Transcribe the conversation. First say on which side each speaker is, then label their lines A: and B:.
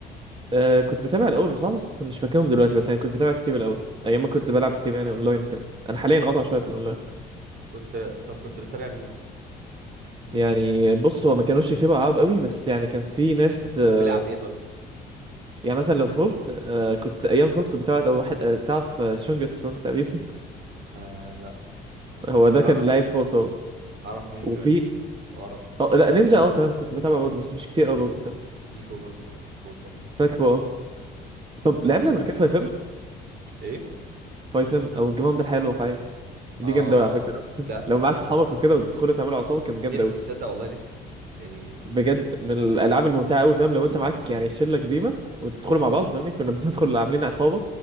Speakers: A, on the right (about 30°); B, on the right (about 65°).
A: آه كنت بتابع الاول بصراحه بس مش فاكرهم دلوقتي بس يعني كنت بتابع كتير الاول ايام ما كنت بلعب كتير يعني اونلاين وكده انا حاليا قاطع شويه في الاونلاين
B: كنت طب كنت بتتابع مين؟
A: يعني بص هو ما كانوش كتير عرب قوي بس يعني كان في ناس آه
B: أو في لعب إيه طيب؟
A: يعني
B: مم.
A: مثلا لو فورت آه كنت ايام فورت كنت بتابع أو واحد آه تعرف آه، شونجك سونج تقريبا
B: آه لا أنا
A: <laughs>
B: كنت
A: هو
B: أنا
A: ده كان
B: أعرف
A: لايف فورت برضه.
B: أعرف نينجا
A: وفي
B: وأعرف
A: اه
B: آه
A: لا نينجا
B: تيفو
A: اه تمام كنت بتابع برضه بس مش كتير قوي برضه فاهم
B: في تيفو برضه كان مشهور برضه
A: فاكره اه طب
B: آه
A: لعبنا قبل كده فايف ام
B: إيه؟
A: فايف ام او الجيم ده الحياه الواقعيه دي
B: آه
A: جامده قوي على فكره
B: لا
A: <laughs> لو معاك
B: بصراحة
A: صحابك
B: لا
A: وكده وتدخلوا تعملوا عصابه كانت جامده
B: نفسي
A: قوي
B: تصدق والله نفسي يعني
A: بجد من الالعاب الممتعه قوي فاهم لو انت معاك يعني شله كبيره وتدخلوا مع بعض فاهمني كنا <laughs> بندخل عاملين عصابه